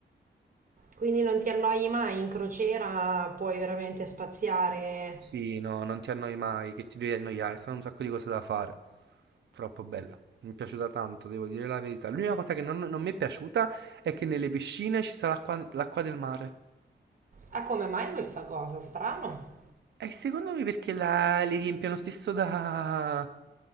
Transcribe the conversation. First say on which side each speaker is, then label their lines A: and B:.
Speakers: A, on the right; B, on the right.
A: Quindi non ti annoi mai in crociera, puoi veramente spaziare.
B: Sì, no, non ti annoi mai, che ti devi annoiare, stanno un sacco di cose da fare. Troppo bella. Mi è piaciuta tanto, devo dire la verità. L'unica cosa che non, non mi è piaciuta è che nelle piscine ci sta l'acqua, l'acqua del mare.
A: Ah, come mai questa cosa? Strano.
B: E secondo me perché la... li riempiono stesso da...